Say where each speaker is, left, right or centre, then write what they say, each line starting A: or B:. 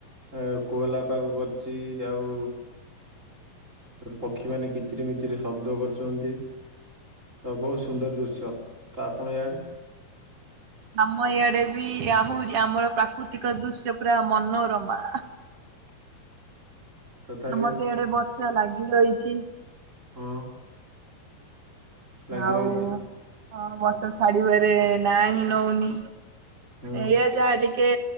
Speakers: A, on the right; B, on the right.
A: ଏ କୋହଲା ପାଗ କରିଛି, ଆଉ ପକ୍ଷୀମାନେ କିଚିରି ମିଚିରି ଶବ୍ଦ କରୁଛନ୍ତି। ତ ବହୁତ ସୁନ୍ଦର ଦୃଶ୍ୟ, ତ ଆପଣ ଇଆଡେ?
B: ଆମ ଇଆଡେ ବି ଆହୁରି ଆମର ପ୍ରାକୃତିକ ଦୃଶ୍ୟ ପୁରା ମନୋରମା।
A: <inaudible> ତଥାପି
B: ଆମର ତ ଇଆଡେ ବର୍ଷା ଲାଗି ରହିଛି।
A: ହଁ ଲାଗି
B: ଆଉ
A: ରହିଛି
B: ହଁ ବର୍ଷା ଛାଡିବାରେ ନାଁ ହିଁ ନଉନି।
A: ହୁଁ
B: ଏଇଆ ଯାହା ଟି ଟିକେ